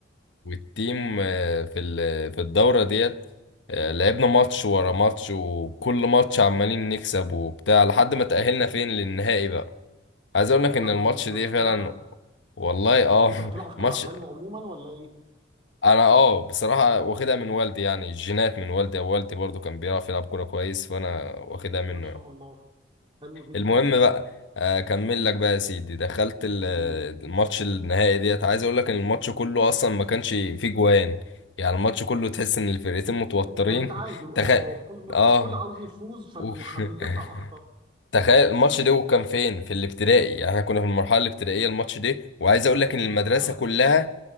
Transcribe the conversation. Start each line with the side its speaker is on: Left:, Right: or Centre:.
Left: والتيم آه، في ال- في الدورة ديت آه، لعبنا ماتش
Right: جميل
Left: ورا ماتش
Right: قوي
Left: وكل ماتش عمالين نكسب وبتاع لحد ما تأهلنا فين للنهائي بقى عايز اقول لك
Right: ده
Left: ان
Right: انتم
Left: الماتش
Right: محترفين
Left: دي فعلا
Right: بقى
Left: والله اه
Right: انت بتلعب
Left: <laughs>
Right: كرة
Left: ماتش
Right: حلو عموما ولا ايه
Left: انا اه بصراحه
Right: بت...
Left: واخدها من والدي يعني الجينات من والدي او والدي برضو كان بيعرف يلعب كوره كويس فانا واخدها منه
Right: ما شاء
Left: يعني
Right: الله حلو جدا
Left: المهم بقى آه، اكمل لك بقى يا سيدي دخلت ال-
Right: و-
Left: الماتش النهائي ديت عايز اقول لك ان الماتش كله اصلا ما كانش فيه جوان يعني الماتش كله تحس ان الفرقتين متوترين
Right: يعني تعادل
Left: <laughs> تخيل
Right: اه كل
Left: اه
Right: كل عاوز يفوز فبيدافع
Left: أوف. <laughs>
Right: اكتر
Left: تخيل الماتش ده كان فين في الابتدائي يعني احنا كنا في المرحله الابتدائيه الماتش ده وعايز اقول لك
Right: ياه
Left: ان المدرسه كلها